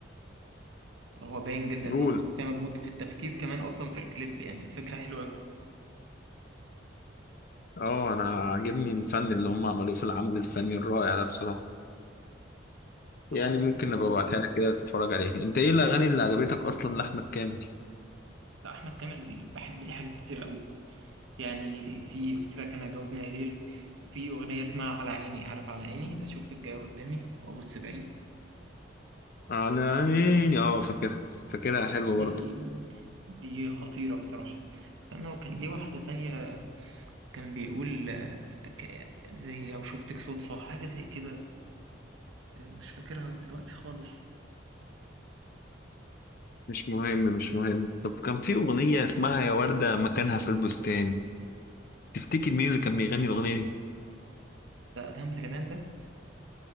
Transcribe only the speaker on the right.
هو باين جدا
ان هو حط فيها مجهود في التفكير كمان اصلا في الكليب يعني الفكره حلوه قوي
طب
سمعت
لا احمد كامل بحب ليه حاجات كتير قوي يعني في قلت لك انا جاوبني يا ليل وفي اغنيه اسمها على عيني عارف على عيني اشوف الجاي قدامي وابص بعيد
دي
دي خطيره بصراحه استنى وكان ليه واحده تانية كان بيقول آه، ك- زي لو شفتك صدفه حاجه زي كده آه، مش فاكرها دلوقتي خالص
ده ادهم سليمان ده